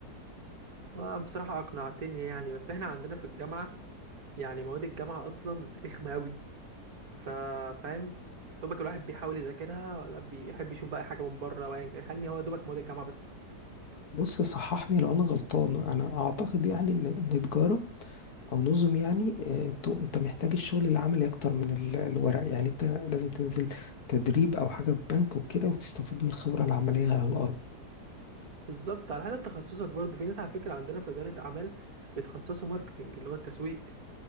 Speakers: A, on the right (about 60°); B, on the left (about 65°).
A: آه، بصراحه اقنعتني يعني بس احنا عندنا في الجامعه يعني مواد الجامعه اصلا رخمه قوي ف- فاهم يا دوبك الواحد بيحاول يذاكرها ولا بيحب يشوف بقى أي حاجه من بره يعني هو يا دوبك مواد الجامعه بس
B: بص صححني لو أنا غلطان أنا أعتقد يعني إن إن تجارة او نظم يعني آه، انتوا انت محتاج الشغل العملي اكتر من ال- الورق يعني انت لازم تنزل تدريب او حاجه في بنك وكده وتستفاد من الخبره العمليه على الارض
A: بالظبط على حسب تخصصك برضه في ناس على فكرة عندنا في إدارة أعمال بيتخصصوا ماركتينج اللي هو التسويق